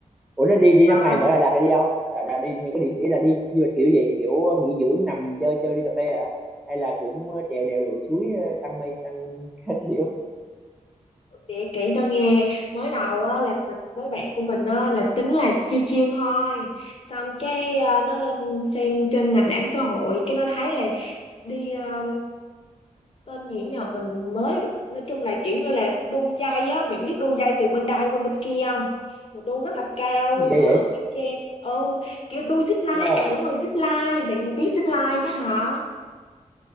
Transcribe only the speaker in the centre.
ủa nó đi đi năm ngày
mở Đà Lạt là đi đâu đã, đã đi những cái điểm kỹ là đi du lịch kiểu gì kiểu nghỉ dưỡng nằm chơi chơi đi cà phê hả hay là cũng ờ, trèo đèo lội suối ờ, săn mây săn <laughs> các kiểu
gì
vậy
Wow.